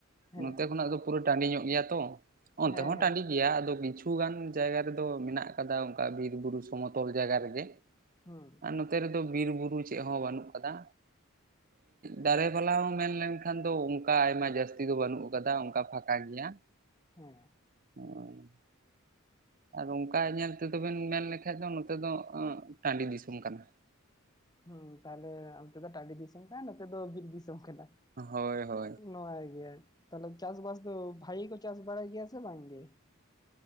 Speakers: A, on the left (about 20°); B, on the right (about 40°).
A: ᱦᱮᱸ
B: ᱱᱚᱛᱮ ᱠᱷᱚᱱᱟᱜ ᱫᱚ ᱯᱩᱨᱟᱹ ᱴᱟᱺᱰᱤ ᱧᱚᱜ ᱜᱮᱭᱟ ᱛᱚ ᱚᱱᱛᱮ
A: ᱦᱮᱸ
B: ᱦᱚᱸ
A: ᱦᱮᱸ
B: ᱴᱟᱺᱰᱤ ᱜᱮᱭᱟ ᱟᱫᱚ ᱠᱤᱪᱷᱩ ᱜᱟᱱ ᱡᱟᱭᱜᱟ ᱨᱮᱫᱚ ᱢᱮᱱᱟᱜ ᱠᱟᱫᱟ ᱚᱱᱠᱟ ᱵᱤᱨᱵᱩᱨᱩ ᱥᱚᱢᱚᱛᱚᱞ ᱡᱟᱭᱜᱟ ᱨᱮᱜᱮ
A: ᱦᱩᱸ
B: ᱟᱨ ᱱᱚᱛᱮ ᱨᱮᱫᱚ ᱵᱤᱨ ᱵᱩᱨᱩ ᱪᱮᱫ ᱦᱚᱸ ᱵᱟᱹᱱᱩᱜ ᱠᱟᱫᱟ ᱫᱟᱨᱮ ᱯᱟᱞᱟ ᱦᱚᱸ ᱢᱮᱱᱞᱮᱱᱠᱷᱟᱱ ᱫᱚ ᱚᱱᱠᱟ ᱟᱭᱢᱟ ᱡᱟᱹᱥᱛᱤ ᱫᱚ ᱵᱟᱹᱱᱩᱜ ᱠᱟᱫᱟ ᱚᱱᱠᱟ ᱯᱷᱟᱸᱠᱟ ᱜᱮᱭᱟ
A: ᱦᱮᱸ
B: <unintelligible> ᱟᱨ ᱚᱱᱠᱟ ᱧᱮᱞ ᱛᱮᱫᱚ ᱵᱮᱱ ᱢᱮᱱ ᱞᱮᱠᱷᱟᱱ ᱫᱚ ᱱᱚᱛᱮ ᱫᱚ ᱴᱟᱺᱰᱤ ᱫᱤᱥᱚᱢ ᱠᱟᱱᱟ
A: ᱦᱩᱸ ᱛᱟᱦᱞᱮ ᱚᱱᱛᱮ ᱫᱚ ᱴᱟᱺᱰᱤ ᱫᱤᱥᱚᱢ ᱠᱟᱱᱟ ᱱᱚᱛᱮ ᱫᱚ ᱵᱤᱨ ᱫᱤᱥᱚᱢ ᱠᱟᱱᱟ
B: ᱦᱳᱭ ᱦᱳᱭ
A: ᱱᱟᱯᱟᱭ ᱜᱮᱭᱟ ᱛᱟᱦᱞᱮ ᱪᱟᱥᱵᱟᱥ ᱫᱚ ᱵᱷᱟᱜᱮ ᱜᱮᱠᱚ ᱪᱟᱥ ᱵᱟᱲᱟᱭ ᱜᱮᱭᱟ ᱥᱮ ᱵᱟᱝ ᱜᱮ